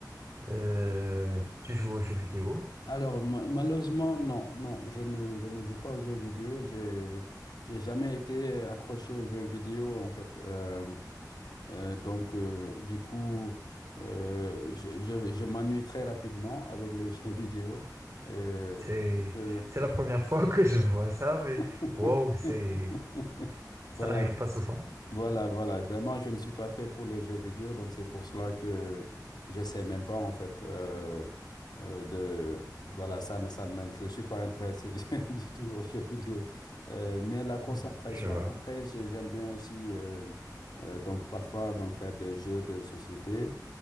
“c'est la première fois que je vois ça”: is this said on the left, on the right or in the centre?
Right